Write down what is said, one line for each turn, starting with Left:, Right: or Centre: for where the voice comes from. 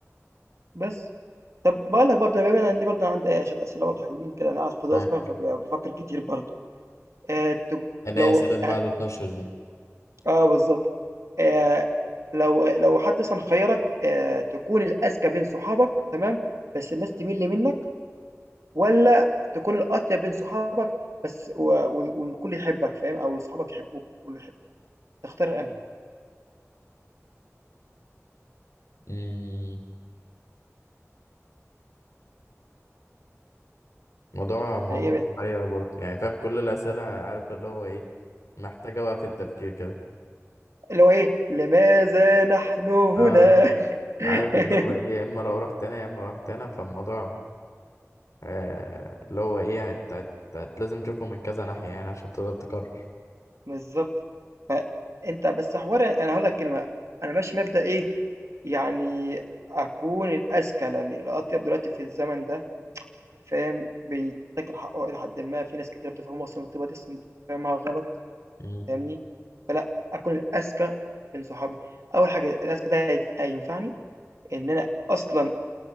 Right: بس. طب باقول لك برضه بما إني برضه عندي ايه شوية أسئلة برضه حلوين كده أنا قاعد فاضي
Left: معاك
Right: أصلًا فبافكر كتير برضه. آآ ت
Left: اللي
Right: لو
Left: هي اسئله بعد
Right: يعني
Left: 12 دي
Right: آه بالضبط. آآ لو لو حد مثلًا خيّرك آآ تكون الأذكى بين صحابك تمام، بس الناس تمِل منّك والّا تكون الأطيب بين صحابك بس و وال والكل يحبك فاهم، أو صحابك يحبوك والكل يحبك، تختار أنهي؟
Left: امم موضوع موضوع
Right: فإيه بقى
Left: محير برضو يعني فاهم كل الاسئله عارف اللي هو ايه محتاجه بقى في التفكير كده
Right: اللي هو إيه، لماذا نحن هنا؟
Left: اه
Right: <laughs>
Left: عارف اللي هو ايه يا اما لو رحت هنا يا اما لو رحت هنا فالموضوع آه اللي هو ايه هت... هت... هت... لازم تشوفه من كذا ناحيه يعني عشان تقدر تقرر
Right: بالضبط. فأنت بس حوار أنا هاقول لك كلمة، أنا ماشي مبدأ إيه، يعني أكون الأذكى، لأن الأطيب دلوقتي في الزمن ده فاهم، بيتاكل حقه إلى حدٍ ما، في ناس كتيرة بتفهمه أصلًا الطيبة دي أصلًا فاهمها غلط
Left: امم
Right: فاهمني، فلأ أكون الأذكى بين صحابي. أول حاجة الأذكى ده هيت هينفعني إن أنا أصلًا